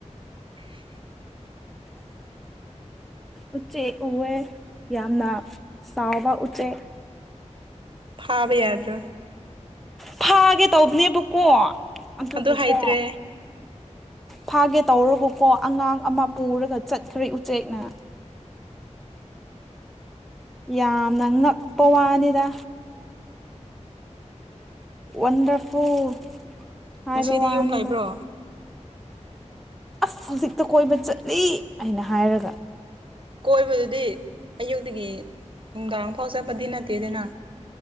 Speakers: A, on the right; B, in the centre.
A: ꯍꯍꯍ
B: ꯎꯆꯦꯛ ꯎꯑꯦ ꯌꯥꯝꯅ ꯆꯥꯎꯕ ꯎꯆꯦꯛ
A: ꯐꯥꯕ ꯌꯥꯗ꯭ꯔꯣ
B: ꯐꯥꯒꯦ ꯇꯧꯕꯅꯦꯕꯀꯣ ꯑꯗꯨꯕꯨꯀꯣ
A: ꯑꯗꯨꯗ ꯍꯥꯏꯗ꯭ꯔꯦ
B: ꯐꯥꯒꯦ ꯇꯧꯔꯕꯨꯀꯣ ꯑꯉꯥꯡ ꯑꯃ ꯄꯨꯔꯒ ꯆꯠꯈ꯭ꯔꯦ ꯎꯆꯦꯛꯅ ꯌꯥꯝꯅ ꯉꯛꯄ ꯋꯥꯅꯤꯗ ꯋꯥꯟꯗꯔꯐꯨꯜ ꯍꯥꯏꯕ
A: ꯉꯁꯤꯗꯤ
B: ꯋꯥꯅꯤꯗ
A: ꯌꯨꯝ ꯂꯩꯕ꯭ꯔꯣ
B: ꯑꯁ ꯍꯧꯖꯤꯛꯇ ꯀꯣꯏꯕ ꯆꯠꯂꯤ ꯍꯥꯏꯅ ꯍꯥꯏꯔꯒ
A: ꯀꯣꯏꯕꯗꯨꯗꯤ ꯑꯌꯨꯛꯇꯒꯤ ꯅꯨꯡꯗꯥꯡ ꯐꯥꯎ ꯆꯠꯄꯗꯤ ꯅꯠꯇꯦ ꯑꯗꯨꯅ